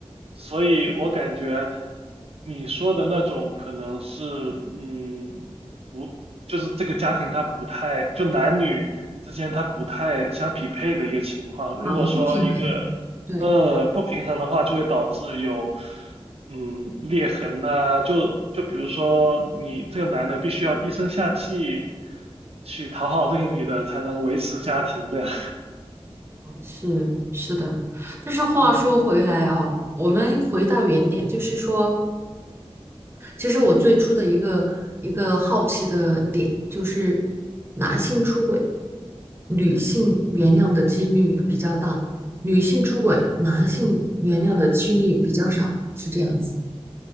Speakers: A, on the right (about 70°); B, on the right (about 20°).
A: 所以我感觉你说的那种可能是，嗯。就是这个家庭它不太，就男女之间它不太相匹配的一个情况。如果说一个呃不平衡的话，
B: 啊，不平衡，对，
A: 就会导致有嗯裂痕呐、就就比如说你这个男的必须要低声下气去讨好这个女的才能维持家庭这样。<laughs>
B: 哦是是的。但是话说回来哦，
A: 嗯
B: 我们回到原点，就是说。其实我最初的一个一个好奇的点就是男性出轨，女性原谅的几率比较大，女性出轨，男性原谅的几率比较少，是这样子。